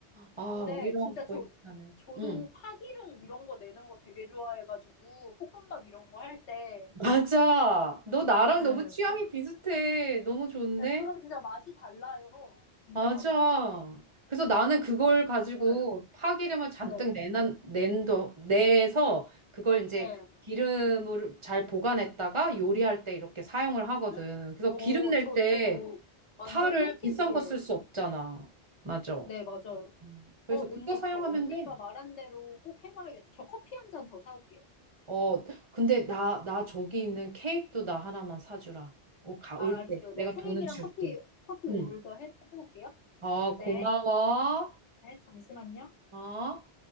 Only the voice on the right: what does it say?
아,
우리랑
거의
비슷하네.
응.
맞아. 너 나랑
너무 취향이
비슷해. 너무 좋은데?
맞아.
그래서 나는 그걸 가지고
파기름을 잔뜩
내난, 낸도, 내서 그걸 이제
기름을 잘 보관했다가 요리할 때 이렇게 사용을 하거든.
그래서
기름 낼
때
파를
비싼 거 쓸 수 없잖아. 맞아.
음, 그래서
그거
사용하면
돼.
어, 근데 나, 나 저기 있는 케이크도 나 하나만 사주라. 어, 가,
올
때. 내가
돈은 줄게.
응.
어,
고마워.
어?